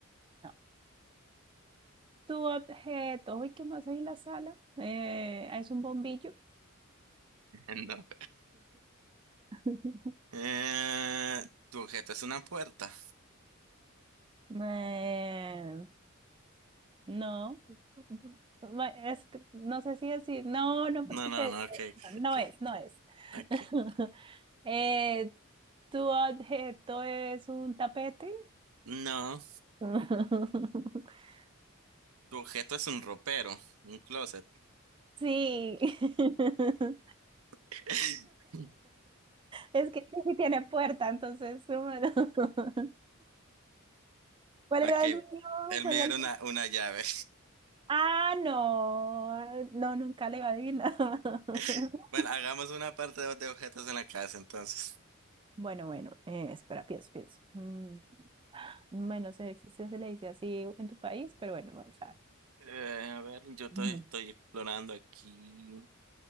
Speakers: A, on the right (about 25°); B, on the right (about 85°).
A: no. Tu objeto, uy, ¿qué más hay en la sala? Eh, es un bombillo.
B: <laughs> No.
A: <laughs>
B: Eh, ¿tu objeto es una puerta?
A: Eh, no, <laughs> Ma- es que- no sé si decir, no, no,
B: No,
A: porque
B: no,
A: te...
B: no, ok,
A: No
B: ok,
A: es, no es.
B: ok.
A: <laughs> Eh, ¿tu objeto es un tapete?
B: No.
A: <laughs>
B: ¿Tu objeto es un ropero? Un closet.
A: Sí. <laughs>
B: <laughs>
A: Es que sí tiene puerta, entonces... bueno. <laughs> ¿Cuál
B: Ok.
A: era el mío?
B: El
A: ¿Cuál
B: mío
A: era
B: era
A: el-
B: una, una llave.
A: Ah, no, no, nunca le iba a adivinar. <laughs>
B: <laughs> Bueno, hagamos una parte de de objetos en la casa entonces.
A: Bueno, bueno, eh, espera, pienso, pienso. Mm, bueno, sé si se le dice así en tu país, pero bueno, vamos a ver.
B: Eh, a ver, yo to-
A: Ujú.
B: estoy explorando aquí.